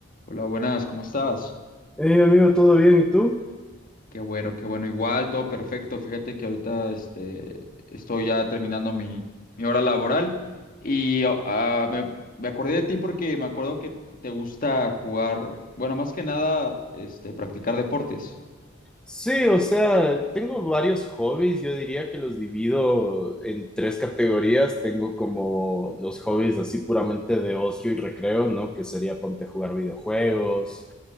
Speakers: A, on the left (about 45°); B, in the centre.
A: Hola, buenas, ¿cómo estás?
B: Hey amigo, ¿todo bien? ¿Y tú?
A: Qué bueno, qué bueno. Igual, todo perfecto. Fíjate que ahorita este, estoy ya terminando mi, mi hora laboral y oh, ah, me, me acordé de ti porque me acuerdo que te gusta jugar, bueno, más que nada, este, practicar deportes.
B: Sí, o sea, tengo varios hobbies, yo diría que los divido en tres categorías. Tengo como los hobbies así puramente de ocio y recreo, ¿no? Que sería ponte a jugar videojuegos